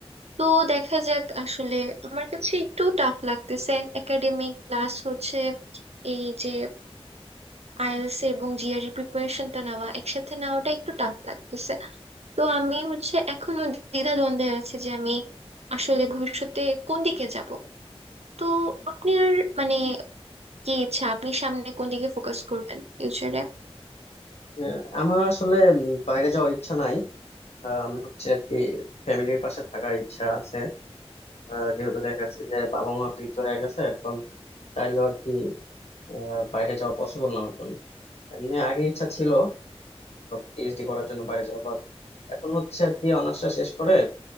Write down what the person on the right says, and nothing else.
তো দেখা যাক আসলে আমার কাছে একটু টাফ লাগতেছে একাডেমিক প্লাস হচ্ছে এই যে আইএলটিএস এবং জিআরই প্রিপারেশনটা নেওয়া একসাথে নেওয়াটা একটু টাফ লাগতেছে তো আমি হচ্ছে এখনো দ্বিধাদ্বন্দ্বে আছি যে আমি আসলে ভবিষ্যতে কোন দিকে যাব তো আপনার মানে কি ইচ্ছা আপনি সামনে কোন দিকে ফোকাস করবেন ফিউচারে